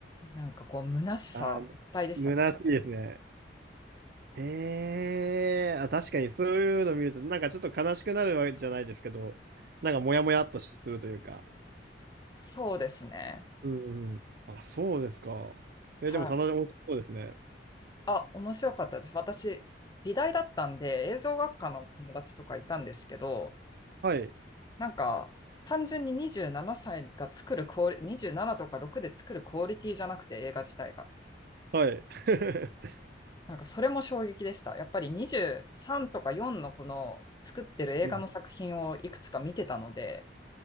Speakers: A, on the left; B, on the right.
A: なんかこう、虚しさいっぱいでしたね。
B: あー、虚しいですね。へえ。あ、確かにそういうの見ると、なんかちょっと悲しくなるわけじゃないですけど、なんかモヤモヤっとするというか。
A: そうですね。
B: うんうん。あ、そうですか。え、
A: はい。
B: でも棚田面白そうですね。
A: あ、面白かったです。私、美大だったんで、映像学科の友達とかいたんですけど、
B: はい。
A: なんか、単純に27歳が作るクオリ、27とか6で作るクオリティじゃなくて映画自体が。
B: はい。<laughs>
A: なんか、それも衝撃でした。やっぱり23とか4のこの作ってる映画の作品をいくつか見てたので、
B: うん。